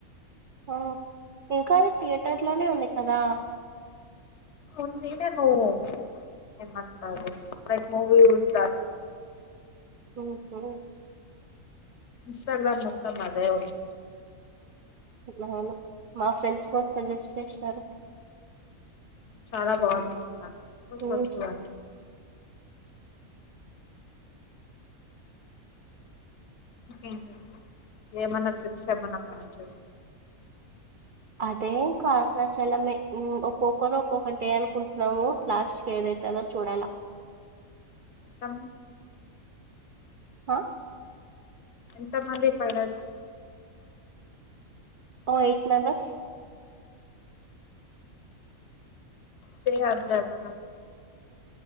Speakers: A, on the right; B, on the left.
A: ఉహు ఇంకా అది థియేటర్స్ లోనే ఉంది కదా
B: ఉంది ఈన్నే నువ్ ఏమంటున్నారు క్ మూవి ఉంట
A: ఆ
B: ఇన్స్టాగ్రామ్ మొత్తం అదే ఉంది
A: అవును మా ఫ్రెండ్స్ కూడా సజెస్ట్ చేసినారు
B: చాలా బాగుంది అని స్
A: ఉమ్,
B: చూడి ఇంకేంటండి ఏమన్నా ట్రిప్స్ ఏమన్నా ప్లాన్ చేసుంటా
A: అదేం ఇంక అరుణాచలమే ఒక్కొక్కరు ఒక్కొక్క డే అనుకుంటున్నాము లాస్ట్ కీ ఏద తదొ చూడాల
B: అ
A: హా
B: ఎంత మంది ఫైనల్
A: ఓ ఎయిట్ మెంబర్స్
B: సే అంతామ్మనా